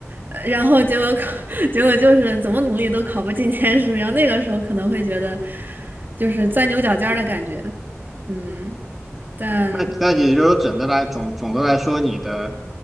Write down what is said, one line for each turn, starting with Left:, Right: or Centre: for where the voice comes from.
Right: 呃然后结果考 <laughs> 结果就是怎么努力都考不进前十名，那个时候可能会觉得就是钻牛角尖儿的感觉，嗯，但
Centre: 那那也就是说，整的来总总的来说，你的